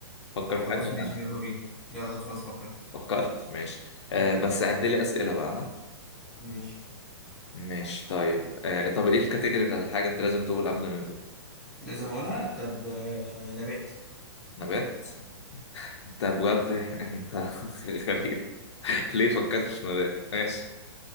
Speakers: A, on the left (about 80°); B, in the centre.
A: فكر
B: خلاص
A: في حاجه انا
B: ماشي يلا بينا يلا خلاص فكرت
A: فكرت ماشي آه،
B: مم.
A: بس عد لي اسئله بقى ها؟
B: ماشي
A: ماشي طيب آه، طب ايه الكاتيجوري بتاعت الحاجه انت لازم تقول قبل ما نبدأ
B: لازم اقولها طب آه، نبات
A: نبات انت بجد <laughs> انت غريب ليه فكرت في نبات ماشي